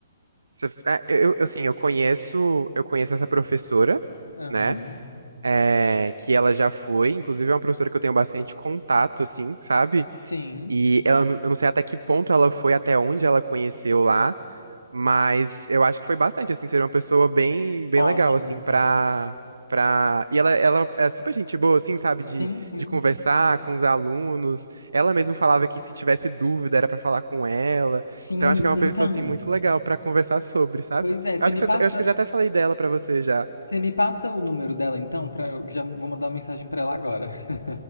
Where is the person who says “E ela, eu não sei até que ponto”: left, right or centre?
Right